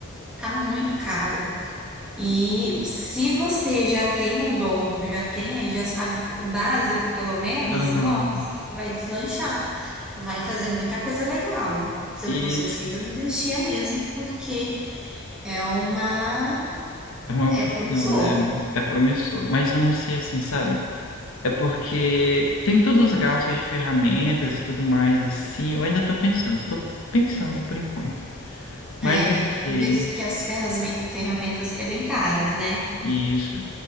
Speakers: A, in the centre; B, on the left.
A: tá muito caro. E se você já tem o dom, já tem aí, já sabe o básico, pelo menos,
B: Aham,
A: nossa, vai deslanchar, vai fazer muita coisa legal. Se
B: Isso
A: eu fosse você, eu investia mesmo, porque é uma,
B: é uma opção,
A: é promissor.
B: né? meu? É promissor. Mas eu não sei assim, sabe? É porque tem todos os gastos de ferramentas e tudo mais, assim. Eu ainda tô pensando, tô pensando por enquanto. Mas
A: É,
B: não sei,
A: diz que as ferrasme- ferramentas que é bem caras, né?
B: isso.